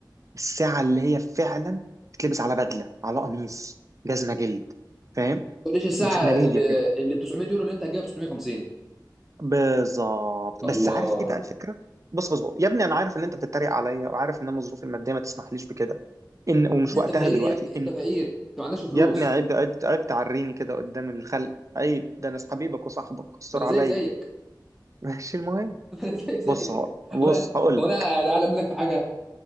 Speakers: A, on the right; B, in the centre.
A: الساعة اللي هي فعلا بتلبس على بدلة على قميص جزمة جلد فاهم
B: تقوليش الساعه
A: مخملية
B: اللي اللي 900 يورو اللي انت هتجيبها ب 650
A: بالظبط
B: يا
A: بس
B: الله
A: عارف ايه بقى الفكره بص بص بص يا ابني انا عارف ان انت بتتريق عليا وعارف ان انا ظروفي الماديه ما تسمحليش بكده ان ومش
B: يا ابني
A: وقتها
B: انت فقير
A: دلوقتي
B: يا ابني انت
A: ان
B: فقير انت ما عندكش فلوس
A: يا ابني عيب عيب عيب تعريني كده قدام الخلق عيب ده انا حبيبك وصاحبك استر
B: ما انا زي
A: عليا
B: زيك
A: <laughs> ماشي المهم
B: <laughs> ما انا زي زيك
A: بص هقول بص
B: ولا
A: هقول
B: هو
A: لك
B: انا اعلم لك في حاجه